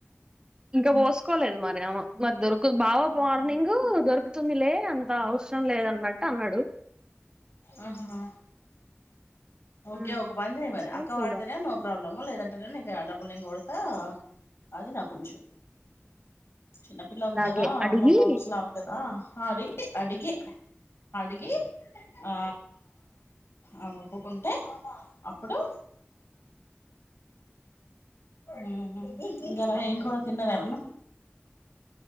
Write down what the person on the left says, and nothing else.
అహ్ హా ఓకే
ఒక పని చేయి మరి
అక్క
వాడితేనే నో ప్రాబ్లమ్ లేదంటే నీకు డబ్బులు నేను కొడు తా అది నాకు ఉంచు చిన్నపిల్ల ఉంది
కదా
అమ్మమ్మ ముసలామే కదా ఆ అడి అడిగి అడిగి ఆ ఆమెకు ఉంటే అప్పుడు ఉహూ ఇంకా రా ఏం కూర తిన్నారా ఏమన్నా